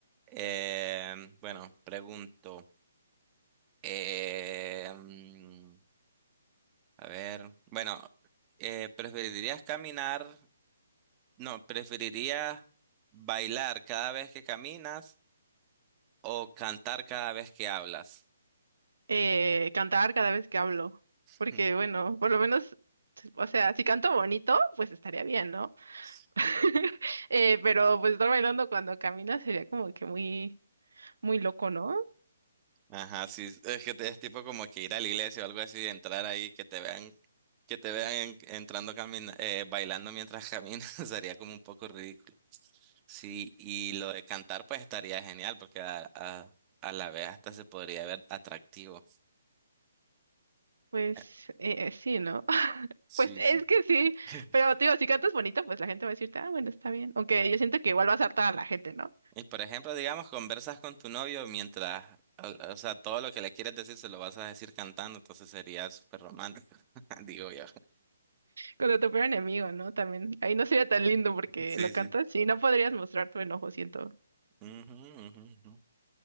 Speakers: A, on the right (about 25°); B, on the right (about 80°).
A: Eh, bueno, pregunto. eh, mm, a ver, bueno, eh, ¿preferirías caminar? No, ¿preferirías bailar cada vez que caminas o cantar cada vez que hablas?
B: Eh, cantar cada vez que hablo.
A: <laughs>
B: Porque, bueno, por lo menos, o sea, si canto bonito, pues estaría bien, ¿no?
A: Sí.
B: <laughs> Eh, pero pues estar bailando cuando caminas sería como que muy, muy loco, ¿no?
A: Ajá, sí, es que te- es tipo como que ir a la iglesia o algo así, entrar ahí, que te vean, que te vean en- entrando camina, eh, bailando mientras caminas, <laughs> sería como un poco ridículo. Sí, y lo de cantar pues estaría genial porque a, a, a la vez hasta se podría ver atractivo.
B: Pues
A: Eh,
B: eh, sí, ¿no? <laughs>
A: Sí,
B: Pues es
A: sí.
B: que sí,
A: <laughs>
B: pero te digo, si cantas bonito, pues la gente va a decirte, ah, bueno, está bien. Aunque yo siento que igual vas a hartar a la gente, ¿no?
A: Y por ejemplo, digamos, conversas con tu novio mientras, o, o sea, todo lo que le quieres decir se lo vas a decir cantando, entonces sería súper romántico, <laughs> digo yo.
B: Cuando tu peor enemigo, ¿no? También. Ahí no sería tan lindo porque
A: Sí,
B: lo cantas.
A: sí.
B: Sí, no podrías mostrar tu enojo, siento.
A: Ujú, ujú, ujú.